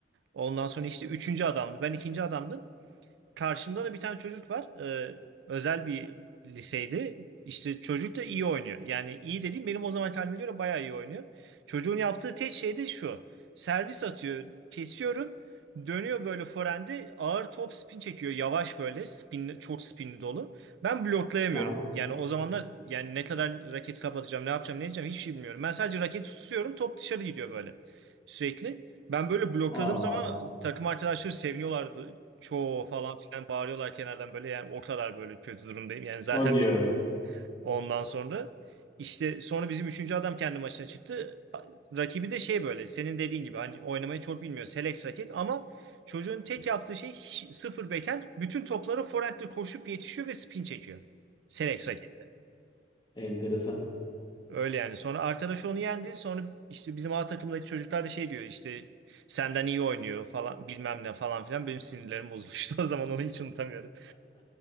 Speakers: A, on the right; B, on the left.
A: Ondan sonra işte üçüncü adamdı. Ben ikinci adamdım. Karşımda da bir tane çocuk var. Ee, özel bir liseydi. İşte çocuk da iyi oynuyor. Yani iyi dediğim benim o zaman halime göre bayağı iyi oynuyor. Çocuğun yaptığı tek şey de şu. Servis atıyor, kesiyorum. Dönüyor böyle forehande ağır top spin çekiyor. Yavaş böyle spin, çok spinli dolu. Ben bloklayamıyorum.
B: aha.
A: Yani o zamanlar yani ne kadar raketi kapatacağım, ne yapacağım, ne edeceğim hiçbir şey bilmiyorum. Ben sadece raketi tutuyorum, top dışarı gidiyor böyle sürekli. Ben böyle blokladığım
B: Aa,
A: zaman takım arkadaşları seviniyorlardı çoğu falan filan bağırıyorlar kenardan böyle yani o kadar böyle kötü durumdayım. Yani zaten
B: <laughs> o diyor.
A: ondan sonra işte sonra bizim üçüncü adam kendi maçına çıktı. Rakibi de şey böyle senin dediğin gibi hani oynamayı çok bilmiyor. Selex raket ama çocuğun tek yaptığı şey hiç- sıfır backhand. Bütün toplara forehandle koşup yetişiyor ve spin çekiyor. Selex raketle.
B: Enteresan.
A: Öyle yani. Sonra arkadaş onu yendi. Sonra işte bizim A takımdaki çocuklar da şey diyor işte senden iyi oynuyor falan bilmem ne falan filan. Benim sinirlerim bozulmuştu <laughs> o zaman onu hiç unutamıyorum.